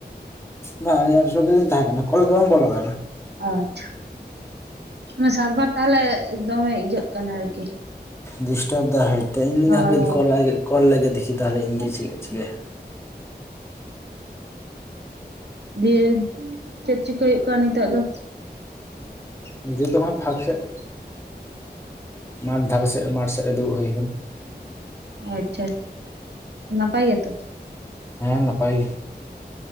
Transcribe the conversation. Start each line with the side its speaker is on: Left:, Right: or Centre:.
Left: ᱵᱟᱝ ᱟᱞᱤᱧ ᱮᱯᱥ ᱨᱮᱜᱮᱤᱱ ᱛᱟᱦᱮᱸ ᱠᱟᱱᱟ ᱠᱚᱞ ᱜᱮ ᱵᱟᱝ ᱵᱚᱞᱚᱱ ᱠᱟᱱᱟ
Right: ᱟᱪᱪᱷᱟ ᱚᱱᱟ ᱥᱟᱨᱵᱷᱟᱨ ᱛᱟᱦᱚᱞᱮ ᱫᱚᱢᱮ ᱤᱡᱟᱹᱜ ᱠᱟᱱᱟ ᱟᱨᱠᱤ
Left: ᱰᱤᱥᱴᱟᱨᱵ ᱫᱟ ᱦᱚᱭᱛᱚ ᱤᱧ ᱢᱮᱱ
Right: ᱦᱳᱭ
Left: ᱮᱫᱟ ᱠᱚᱞ ᱞᱮᱜᱮ ᱫᱤᱠᱤ ᱛᱟᱦᱞᱮ ᱤᱧᱜᱮ
Right: ᱦᱳᱭ
Left: ᱪᱮᱫ ᱪᱤᱠᱟᱹ ᱭᱟ
Right: ᱫᱤᱭᱮ ᱪᱮᱫ ᱪᱤᱠᱟᱹᱭ ᱦᱩᱭᱩᱜ ᱠᱟᱱᱟ ᱱᱤᱛᱚᱜ ᱫᱚ?
Left: ᱱᱤᱛᱚᱜ ᱫᱚ ᱵᱟᱝ ᱯᱟᱥᱮᱫ ᱢᱟᱴᱷ ᱫᱷᱟᱵᱮ ᱥᱮᱫ ᱢᱟᱴᱷ ᱥᱮᱫᱨᱮ ᱫᱩᱲᱩᱵ ᱦᱩᱭ ᱟᱠᱟᱱᱟ᱾
Right: ᱟᱪᱪᱷᱟ ᱱᱟᱯᱟᱭ ᱜᱮ ᱛᱚ?
Left: ᱦᱮᱸ ᱱᱟᱯᱟᱭ ᱜᱮ᱾